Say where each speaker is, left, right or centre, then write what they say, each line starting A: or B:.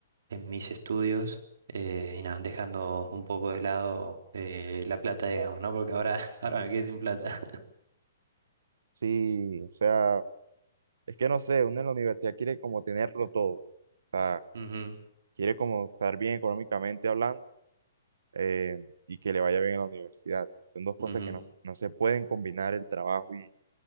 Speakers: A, on the right; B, on the right.
A: en mis estudios eh, y nada, dejando un poco de lado eh, la plata, digamos, ¿no? Porque ahora, <laughs> ahora me quedé sin plata.
B: Sí, o sea, es que no sé, uno en la universidad quiere como tenerlo todo. O sea,
A: <laughs> Ujú,
B: quiere como estar bien económicamente hablando eh, y que le vaya bien a la universidad. Son dos cosas
A: ujú.
B: que no, s- no se pueden combinar el trabajo y,